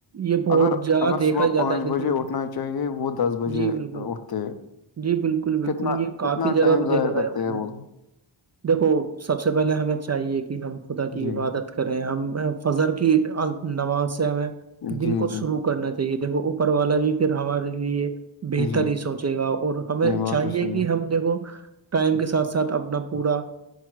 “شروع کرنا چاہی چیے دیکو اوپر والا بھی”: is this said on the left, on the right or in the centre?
Right